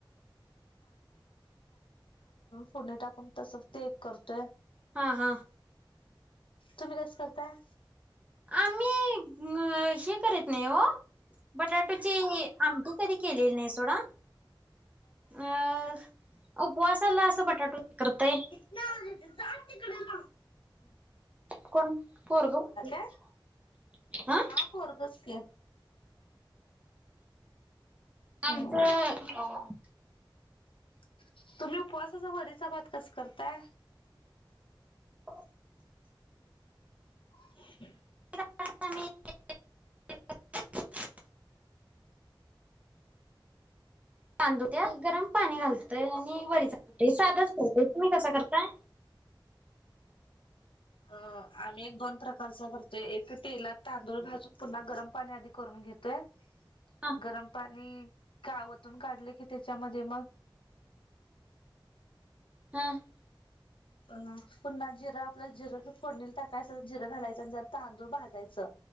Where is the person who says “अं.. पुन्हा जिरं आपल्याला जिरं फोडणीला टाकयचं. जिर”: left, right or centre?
Left